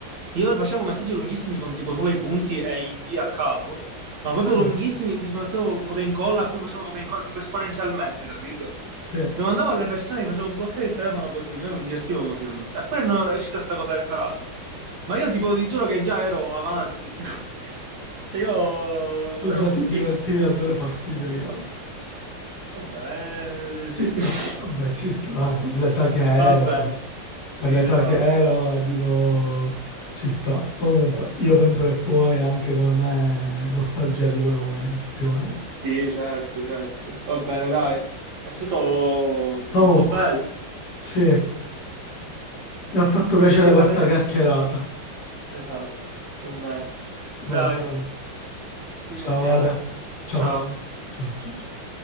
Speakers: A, on the right (about 70°); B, on the left (about 50°).
A: io facevo messaggi lunghissimi con tipo solo i punti e invia a capo, ma proprio
B: Cioè,
A: lunghissimi, tipo facevo copia e incolla e poi facevo copia e incolla tipo esponenzialmente, capito?
B: sì.
A: Lo mandavo alle persone, gli facevo bloccare il telefono così, io mi divertivo così con lui. E poi non è uscita sta cosa del carattere. Ma io tipo ti giuro che già ero avanti. <laughs> Cioè io
B: tu
A: ero
B: già
A: fortissimo.
B: ti divertivi a dare fastidio agli altri.
A: Vabbè, eh,
B: Ci
A: sì.
B: sta,
A: <laughs>
B: vabbè, ci sta, dai, per l'età che era,
A: Va bene,
B: per
A: sì,
B: l'età
A: esatto.
B: che era, dico, ci sta. Comunque, io penso che tu hai anche come me nostalgia di quei momenti, più o meno.
A: Sì, certo, certo. Va bene, dai. È stato
B: Comunque,
A: molto bello.
B: sì,
A: <laughs>
B: mi ha fatto piacere
A: E ne riparleremo.
B: questa chiacchierata.
A: Esatto, va bene. Dai,
B: Va bene.
A: ci
B: Ciao
A: sentiamo.
B: Ale. Ciao,
A: Ciao.
B: ciao, ciao, ciao. ciao.